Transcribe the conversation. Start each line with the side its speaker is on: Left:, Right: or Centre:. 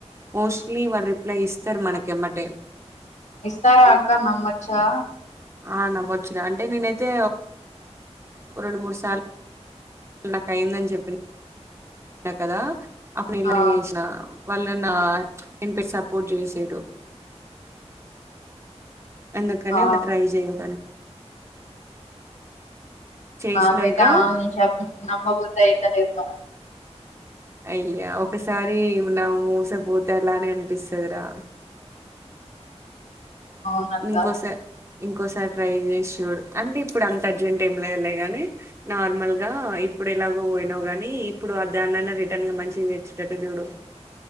Right: మోస్ట్లీ వాళ్ళ రిప్లై ఇస్తారు మనకెమ్మటే
Left: విస్తార అక్క నమ్మొచ్చా
Right: ఆ నమ్మొచ్చు రా అంటే నేనైతే రెండు మూడుసార్లు నాకు అయిందని చెప్పి నా కదా అప్పుడు నేను ఇలానే
Left: ఆ
Right: చేసినా వాళ్ళ నా నేని పెట్ సపోర్ట్ చేసారు అన్నకనే
Left: ఆ
Right: ఒక ట్రై చేయను చేసినంక
Left: నాకైతే ఆన్లైన్ షాపింగ్ నమ్మబుద్ధి అయితలే అక్క
Right: అయ్యా ఒకసారిన్నావు మూసపోతే అలా నే అనిపిస్తుది రా
Left: అవునక్క
Right: ఇంకోసా ఇంకోసారి ట్రై చేసి చూడు అంటే ఇప్పుడు అంత అర్జెంట్ ఏం లే వెళ్లే గాని నార్మల్ గా ఇప్పుడు ఎలాగో పోయినావు కానీ ఇప్పుడు ఆ దాన్ననా రిటర్న్గా మంచిది తెచ్చేటట్టు చూడు